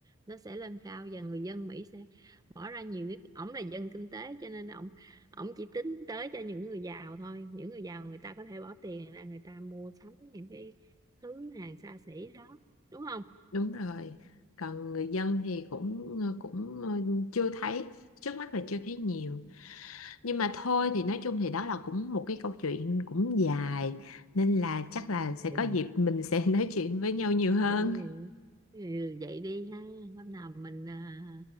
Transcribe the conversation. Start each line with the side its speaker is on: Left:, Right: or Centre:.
Right: nó sẽ lên cao và người dân Mỹ sẽ bỏ ra nhiều nước ổng là dân kinh tế cho nên ổng ổng chỉ tính tới cho những người giàu thôi những người giàu người ta có thể bỏ tiền ra người ta mua sắm những cái thứ hàng xa xỉ đó đúng không
Left: Đúng rồi. Còn người dân thì cũng ờ, cũng ờ, chưa thấy, trước mắt là chưa thấy nhiều. Nhưng mà thôi thì nói chung thì đó là cũng một cái câu chuyện cũng dài nên là chắc là
Right: <laughs>
Left: sẽ có dịp mình sẽ <laughs> nói chuyện với nhau nhiều hơn.
Right: đừng ừ, vậy đi ha hôm nào mình à,